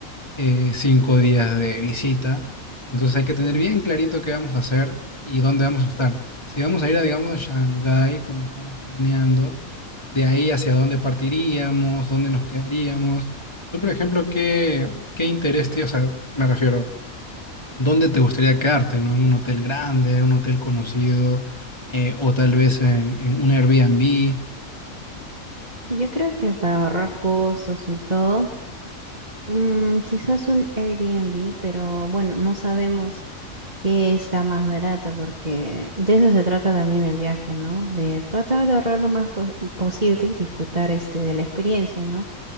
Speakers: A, on the left (about 20°); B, on the right (about 30°).
A: eh, cinco días de visita. Entonces hay que tener bien clarito qué vamos a hacer y dónde vamos a estar. Si vamos a ir, a, digamos, a Shanghái, como estamos planeando, de ahí hacia dónde partiríamos, dónde nos quedaríamos. Tú, por ejemplo, ¿qué, qué interés tienes? O sea, me refiero, ¿Dónde te gustaría quedarte, no? ¿En un hotel grande, un hotel conocido, eh, o tal vez en, en un Airbnb?
B: Yo creo que para ahorrar costos y todo, mm, quizás un Airbnb, pero bueno, no sabemos que está más barato, porque de eso se trata también el viaje, ¿no? De tratar de ahorrar lo más pos- posible y disfrutar este de la experiencia, ¿no?